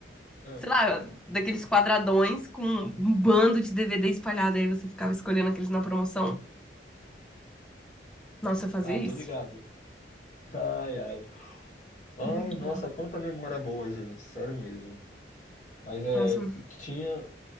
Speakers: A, on the left; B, in the centre.
A: É.
B: sei lá, daqueles quadradões com um bando de DVD espalhado, aí você ficava escolhendo aqueles na promoção. Nossa, eu fazia
A: Ah,
B: isso.
A: tô ligado. Ai, ai. Ai,
B: Muito
A: nossa,
B: bom.
A: quanta memória boa, gente. Sério mesmo. Mas é,
B: Nossa.
A: tinha,